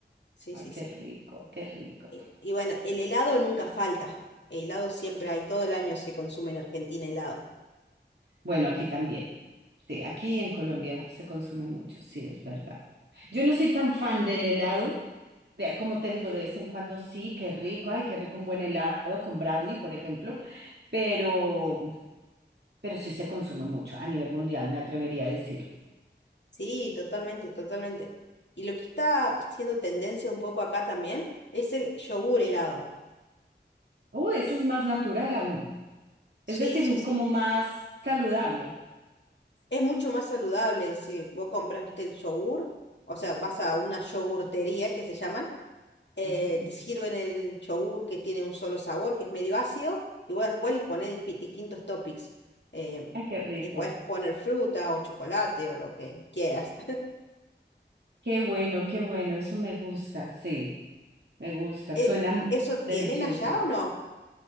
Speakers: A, on the left; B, on the right.
A: Sí,
B: Ay,
A: sí,
B: qué
A: sí.
B: rico, qué rico.
A: Y y bueno, el helado nunca falta. El helado siempre hay, todo el año se consume en Argentina helado.
B: Bueno, aquí también. Sí, aquí en Colombia se consume mucho, sí, es verdad. Yo no soy tan fan del helado. De, como te digo, de vez en cuando sí, qué rico, ay, qué rico un buen helado con brownie, por ejemplo, pero, pero sí se consume mucho a nivel mundial, me atrevería a decir.
A: Sí, totalmente, totalmente. Y lo que está siendo tendencia un poco acá también es el yogur helado.
B: Oh, ese es más natural aún,
A: Sí,
B: es decir,
A: sí, sí.
B: como más saludable.
A: Es mucho más saludable si vos compras, viste, el yogur, o sea, vas a una yogurtería que se llaman, eh,
B: Mm,
A: te sirven el yogur que tiene un solo sabor, que es medio ácido, y vos después les pones dispi- distintos toppings. Eh,
B: Ay, qué rico.
A: le podés poner fruta o chocolate o lo que quieras.
B: Qué bueno, qué bueno, eso me gusta, sí. Me gusta,
A: e-
B: suena m-
A: ¿Eso tienen
B: delicioso.
A: allá o no?